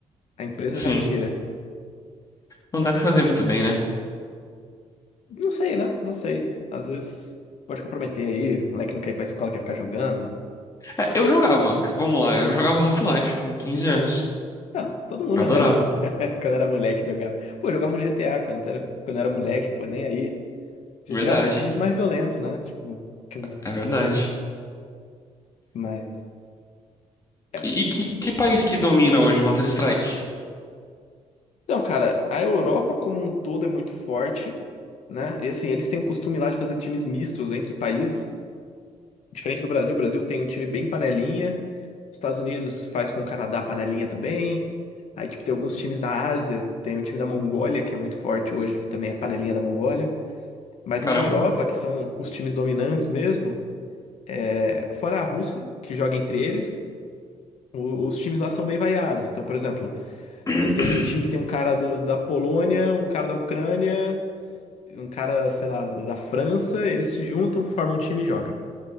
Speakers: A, on the left (about 65°); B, on the left (about 30°).
A: a empresa
B: sim.
A: já tira.
B: Não deve fazer muito bem, né?
A: Não sei, né? Não sei. Às vezes pode comprometer aí, o moleque não quer ir pra escola, quer ficar jogando.
B: É, eu jogava, vamos lá, eu jogava Half-Life com 15 anos.
A: Tá, todo mundo,
B: Adorava.
A: né? Já... <laughs> Quando era moleque jogava. Pô, eu jogava um GTA quando era, quando era moleque, pô, nem aí. GTA
B: Verdade,
A: é muito mais violento, né? Tipo, que um-
B: é verdade.
A: mais. É.
B: E, e que, que país que domina hoje a Counter-Strike?
A: Então, cara, a Europa como um todo é muito forte, né? E assim, eles têm o costume lá de fazer times mistos entre países. Diferente do Brasil, o Brasil tem um time bem panelinha. Os Estados Unidos faz com o Canadá panelinha também. Aí, tipo, tem alguns times da Ásia, tem o time da Mongólia, que é muito forte hoje, que também é panelinha da Mongólia. Mas
B: Caramba.
A: na Europa, que são os times dominantes mesmo, é... fora a Rússia, que joga entre eles. o- Os times lá são bem variados. Então, por exemplo,
B: <coughs>
A: você tem um time que tem um cara do- da Polônia, um cara da Ucrânia, um cara, sei lá, da França, eles se juntam, formam um time e jogam.